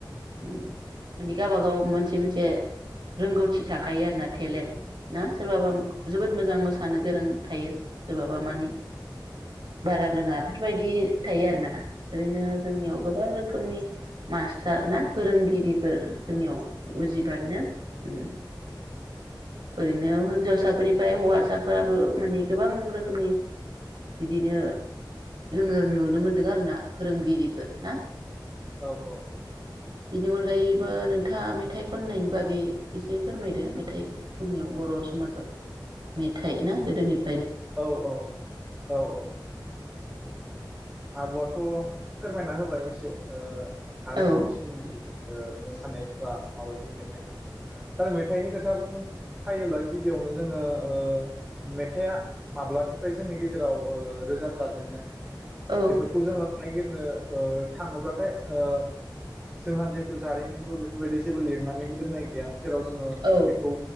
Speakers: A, on the right (about 70°); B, on the right (about 15°).
A: उम माने गाबा गाव मोनसे मोनसे रोंगौथि थाखायो आरो ना थेलेन्ट ना? सोरबाबा जोबोद मोजां मोसा मोसानो गोरों थायो सोरबाबा मानि बारा रोङा बेफोरबायदि थायो आरो ना। ओरैनो जोंनियाव गोबां रोखोमनि मास्टार ना फोरोंगिरिफोर जोंनियाव उजिबायनो ओम ओरैनो होनजावसाफोरनिफाय हौवासाफोराबो माने गोबां रोखोमनि बिदिनो जोङो नुनो मोनदों आरोना फोरोंगिरिफोर ना
B: औ औ
A: बिनि अनगायैबो नोंथाङा मेथाइ खननायनि बागै एसे फोरमायदो मेथाइ जोंनियाव बर समाजाव मेथाइ ना गोदोनि
B: औ औ औ औ ओ आब'आथ फोरमायना होबाय एसे ओ हारिमुनि
A: औ
B: सोमोन्दै ओ मोसानायफोरा माबायदि मेथाइ आरो मेथाइनि खोथा बुंनो फायोब्ला गिबियावनो जोङो ओ मेथाइआ माब्लानिफ्राय जोंनि गेजेराव ओ रोजाब जाजेननाय?
A: औ
B: बेफोरखौ जोङो नायगिरनो ओ थाङोब्लाथाय ओ जोंहा जिहेथु जारिमिनबो बेफोरबायदि जेबो लिरनानैबो दोननाय गैया जेराव जोङो
A: औ
B: बेखौ